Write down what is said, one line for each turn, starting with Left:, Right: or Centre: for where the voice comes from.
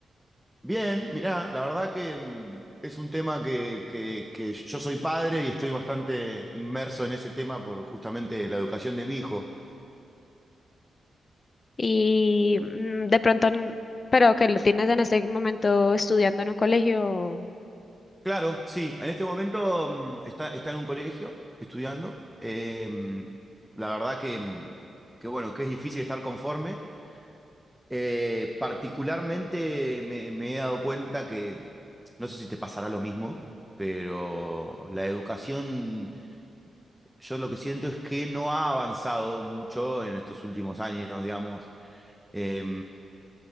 Centre: Bien, mirá, la verdad que mm, es un tema que, que, que yo soy padre y estoy bastante inmerso en ese tema por justamente la educación de mi hijo.
Left: Y mm, de pronto, n- pero que lo tienes en este momento estudiando en un colegio.
Centre: Claro, sí, en este momento mm, está, está en un colegio estudiando. Eh, mm, la verdad que, mm, que bueno, que es difícil estar conforme. Eh, particularmente me, me he dado cuenta que, mm, no sé si te pasará lo mismo, pero la educación yo lo que siento es que no ha avanzado mucho en estos últimos años, digamos. Eh,